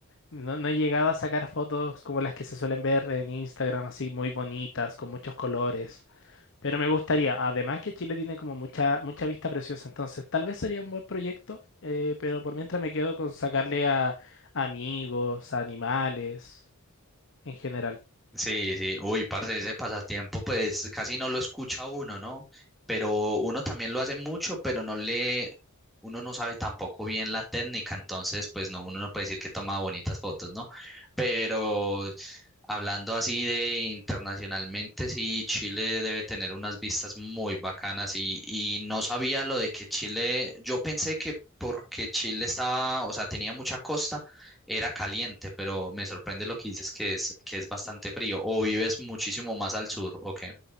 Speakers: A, on the left; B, in the centre.
A: no, no he llegado a sacar fotos como las que se suelen ver en Instagram, así muy bonitas, con muchos colores. Pero me gustaría, además que Chile tiene como mucha, mucha vista preciosa, entonces tal vez sería un buen proyecto, eh, pero por mientras me quedo con sacarle a a amigos, a animales en general.
B: Sí, sí, uy, parce, ese pasatiempo, pues casi no lo escucha uno, ¿no? Pero uno también lo hace mucho, pero no le, uno no sabe tampoco bien la técnica, entonces, pues no, uno no puede decir que toma bonitas fotos, ¿no? Pero hablando así de internacionalmente, sí, Chile debe tener unas vistas muy bacanas y, y no sabía lo de que Chile, yo pensé que porque Chile estaba, o sea, tenía mucha costa era caliente, pero me sorprende lo que dices que es, que es bastante frío. ¿O vives muchísimo más al sur, o qué?